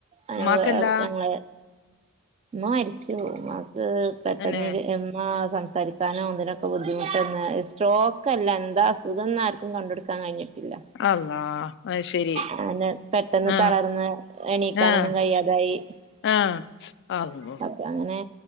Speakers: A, on the right; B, on the left.
A: അന
B: ഉമ്മാക്കെന്താ
A: <unintelligible> ഇമ്മ മരിച്ചു മ്മാക്ക് പെട്ടെന്ന്
B: അന്നെ
A: എര് എമ്മാ സംസ് സരിക്കാനോ ഇതിനൊക്കെ ബുദ്ധിമുട്ടന്ന് സ്ട്രോക്ക് അല്ല എന്താഅസുഖം ന്നാർക്കും കണ്ടുട്ക്കാൻ കഴിഞ്ഞ്ട്ട് ഇല്ല
B: അള്ളാ അത് ശരി
A: അങ്ങനെ പെട്ടെന്ന്
B: ആഹ്
A: തളർന്ന് എണീക്കാനൊന്നും
B: ആഹ്
A: കയ്യാതായി <inaudible>
B: ആഹ് അള്ളോ
A: അപ്പൊ അങ്ങനെ